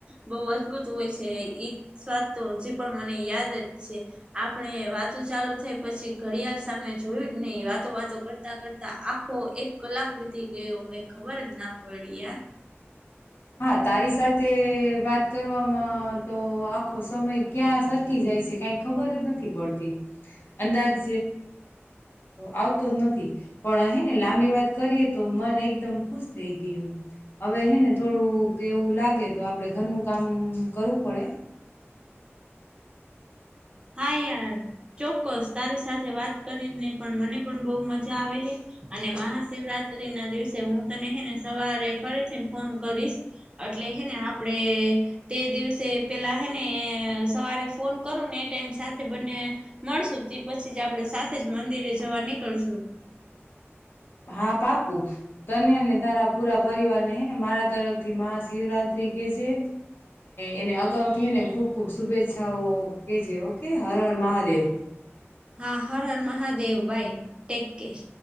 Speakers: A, on the right; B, on the left.
A: બહુ અદભુત હોય છે. ને ઈ સ્વાદ તો હજી પણ મને યાદ જ છે આપણે વાતો ચાલુ થઈ પછી ઘડિયાળ સામે જોયું જ નહી વાતો વાતો કરતા-કરતા આખો એક કલાક વીતી ગયો. કઈ ખબર જ ના પડી યાર.
B: હા તારી સાથે વાત કરવામાં તો આખો સમય ક્યાં સરખી જાય કઈ ખબર જ નથી પડતી. અંદાજ આવતો જ નથી પણ હેને લાંબી વાત કરીએ તો પણ એકદમ ખુશ થઈ ગઈ હું. હવે હેને તું કોક એવું લાગે તો આપડે ઘરનું કામ કરવું પડે.
A: હા યાર ચોક્કસ તારી સાથે વાત કરીને પણ મને પણ બહુ મજા આવે હે. અને મહાશિવરાત્રીના દિવસે હું તને હેને સવારે ફરીથીને ફોન કરીશ એટ એટલે હેને આપણે તે દિવસે પેલા હેને સવારે ફોન કરું ને એ ટાઈમસ સાથે બંને મળશું તે પછી જ આપણે સાથે જ મંદિરે જવા નીકળશું. <inaudible>
B: હા પાકું તને અને તારા પૂરા પરિવારને હેને મારા તરફથી મહાશિવરાત્રી કેજે એને અગાઉથી હેને ખુબ-ખુબ શુભેચ્છાઓ કેજે ઓકે હર હર મહાદેવ.
A: હા Har Har Mahadev bye take care.